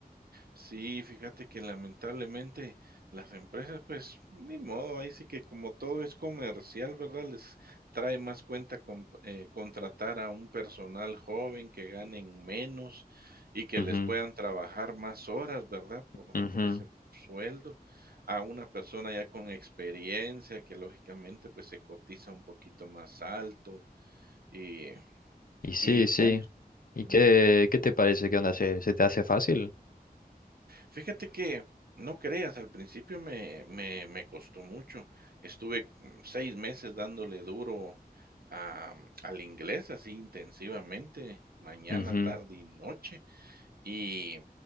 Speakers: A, on the right; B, on the left.
A: Sí, fíjate que lamentablemente las empresas, pues, ni modo, ahí sí que como todo es comercial, ¿verdad? Les trae más cuenta con, eh, contratar a un personal joven que ganen menos y que
B: Ujú,
A: les puedan trabajar más horas, ¿verdad? Por,
B: ujú.
A: por ese sueldo, a una persona ya con experiencia que lógicamente pues se cotiza un poquito más alto y,
B: Y sí,
A: y bueno,
B: sí. ¿Y
A: mm,
B: qué, qué te parece? ¿Qué onda? ¿Se, se te hace fácil?
A: Fíjate que, no creas, al principio me me me costó mucho. Estuve, mm, 6 meses dándole duro a mm, al inglés, así intensivamente, mañana,
B: Ujú,
A: tarde y noche, y,